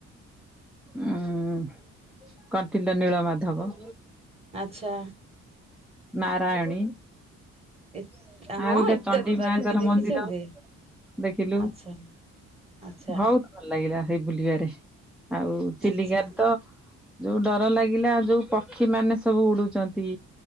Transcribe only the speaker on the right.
ଆଚ୍ଛା।
ଏ
ହଁ
ଏତେ
ଦେବାଦେବୀ
ଦେଖିଛନ୍ତି
ଆଚ୍ଛା ଆଚ୍ଛା
ଆଚ୍ଛା